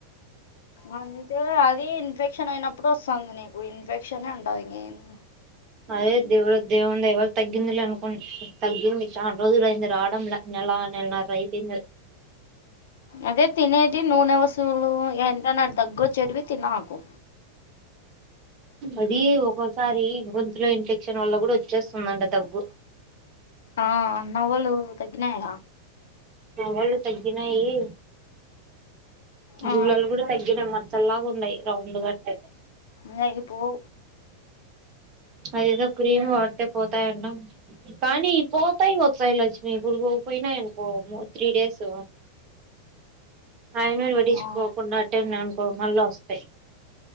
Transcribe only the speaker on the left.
అంతే అది ఇన్ఫెక్షన్ అయినప్ ఎపుడొస్తంది నీకు ఈ ఇన్ఫెక్షన్ ఏ ఉంటాది ఇంకేమీ
అదే తినేది నూనె వసూలు ఎంట నా దగ్ వొచ్చెడవి తినాకు
ఆ నవలు తగినాయ
ఆ
నయి పోవు
ఆ